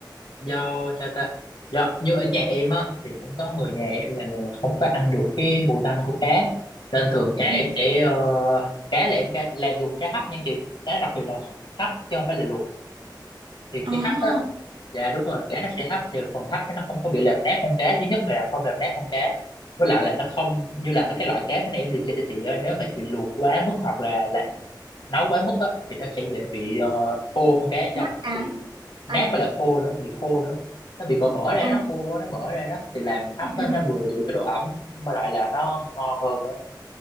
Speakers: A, on the left; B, on the right.
A: do sao ta do như ở nhà em á thì cũng có người nhà em là người không có ăn được cái mùi tanh của cá nên thường cá em
B: Ừ.
A: sẽ ờ, cá là em cá, là dùng cá hấp nha chị cá đặc biệt là hấp, hấp chứ không phải là luộc thì
B: À,
A: cái hấp á dạ đúng rồi cá nó sẽ hấp thì phần hấp nó không có bị làm nát con cá thứ nhất là không làm nát con cá với lại là nó không như là mấy cái loại cá bên em liệt kê cho chị á nếu mà chị luộc quá mức hoặc là, là nấu quá mức á thì nó sẽ dễ bị ờ, khô con cá ở
B: nát
A: trong
B: á
A: thì nát
B: à
A: với là khô nữa bị khô nữa nó bị bở bở ra
B: à
A: nó khô nó bở ra đó thì làm hấp
B: ừ,
A: á, nó
B: ừ,
A: vừa giữ cái độ ẩm mà lại là nó ngon hơn nữa